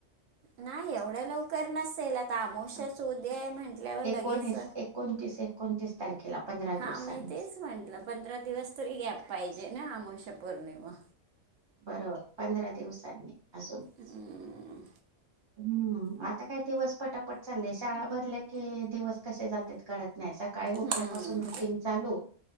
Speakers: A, on the right (about 75°); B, on the right (about 25°).
A: नाही एवढं लवकर नसेसेल आता आमोशच ते म्हण म्हल्यावर
B: एकोणीस
A: लगेच
B: एकोणतीस एकोणतीस तारखेला पंधरा
A: हा
B: दिवसांनी
A: मी तेच म्हटलं पंधरा दिवस तरी गॅप पाहिजे ना अमाशा पौर्णिमा
B: बरोबर पंधरा दिवसांनी अस
A: हम्म.
B: हम्म आता काय दिवस पटापट चाले शाळा भरल्या की दिवस कसे जातात गळात सकाळी उठल्या
A: हम्म.
B: पाासून रुटिंग चालू